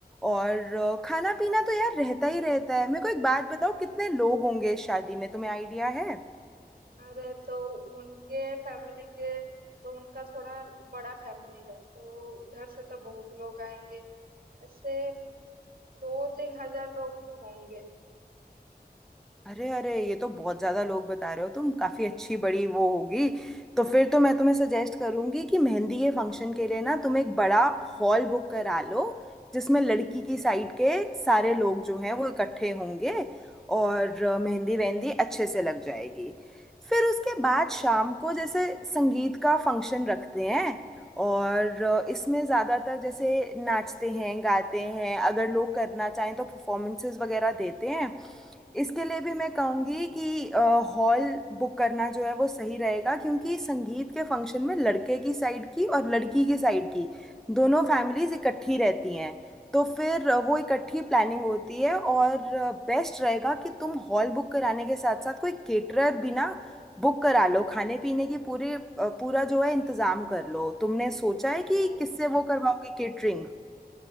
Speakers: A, in the centre; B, on the right (about 65°).
A: और अ, खाना पीना तो यार रहता ही रहता है मेरे को एक बात बताओ कितने लोग होंगे इस शादी में तुम्हें आइडिया है
B: अरे तो उनके फैमिली के तो उनका थोड़ा बड़ा फैमिली है तो उधर से तो बहुत लोग आएंगे ऐसे दो तीन हजार लोग तो होंगे
A: अरे अरे ये तो बहुत ज्यादा लोग बता रहे हो तुम काफी अच्छी बड़ी वो होगी तो फिर तो मैं तुम्हें सजेस्ट करूंगी कि मेहंदी के फंक्शन के लिए ना तुम एक बड़ा हॉल बुक करा लो जिसमें लड़की की साइड के सारे लोग जो हैं वो इकट्ठे होंगे और अ, मेहंदी वेहंदी अच्छे से लग जाएगी फिर उसके बाद शाम को जैसे संगीत का फंक्शन रखते हैं और अ, इसमें ज़्यादातर जैसे नाचते हैं गाते हैं अगर लोग करना चाहें तो परफॉर्मेंसेस वगैरह देते हैं इसके लिए भी मैं कहूंगी कि हॉल बुक करना जो है वो सही रहेगा क्योंकि संगीत के फंक्शन में लड़के की साइड की और लड़की की साइड की दोनों फैमिलीज इकट्ठी रहती हैं तो फिर अ, वो इकट्ठी प्लानिंग होती है और बेस्ट रहेगा कि तुम हॉल बुक कराने के साथ साथ कोई केटरर भी ना बुक करा लो खाने पीने की पूरी अ, पूरा जो है इंतजाम कर लो तुमने सोचा
B: अच्छा
A: है कि किससे वो करवाओगे केटरिंग